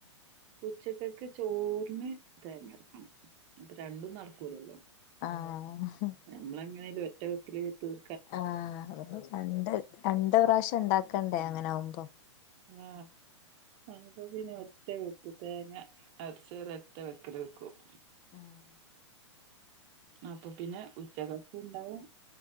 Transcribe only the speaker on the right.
ഉച്ചക്കക്ക് ചോറിന് തേങ്ങാരക്കണം അപ്പൊ രണ്ടും നടക്കൂലല്ലോ
നമ്മളെങ്ങനേലും ഒറ്റ വെക്കില് തീർ
<unintelligible> ഞങ്ങക്ക് പിന്നെ ഒറ്റവെപ്പ് തേങ്ങ അരച്ചോര് ഒറ്റ വെക്കല് വെക്കും
അപ്പൊ പിന്നെ ഉച്ചകക്കും ഉണ്ടാവും